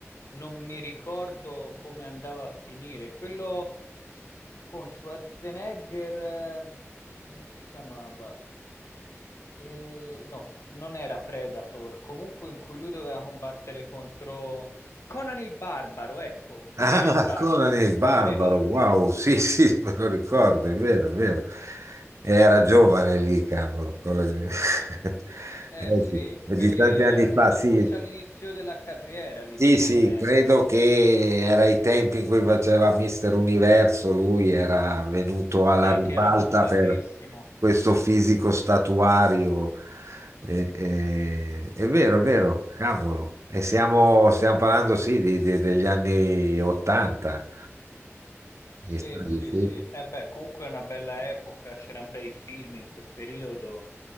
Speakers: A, on the left; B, on the right.
A: non mi ricordo come andava a finire. Quello con Schwarzenegger, eh, come si chiamava? E, no, non era Predator, comunque in cui lui doveva combattere contro Conan il Barbaro, ecco, Conan
B: Ah,
A: il Barbaro,
B: Conan il Barbaro,
A: te lo ricordi?
B: wow, sì, sì, <laughs> me lo ricordo, è vero, è vero. Era giovane lì, cavolo. Conan- <laughs>
A: Eh
B: Eh
A: sì,
B: sì, è
A: quelli
B: di tanti
A: era,
B: anni fa,
A: credo
B: sì,
A: fosse all'inizio della carriera lì
B: sì,
A: più
B: sì,
A: o meno.
B: credo che era i tempi in cui faceva Mister Universo, lui era venuto alla
A: Sì,
B: ribalta
A: che era pompatissimo.
B: per questo fisico statuario. Eh, eh, è vero, è vero, cavolo. E siamo, stiamo parlando, sì, di- di- degli anni 80.
A: Sì,
B: Mi stavi,
A: sì,
B: sì?
A: sì. E beh, comunque è una bella epoca, c'erano bei film in quel periodo,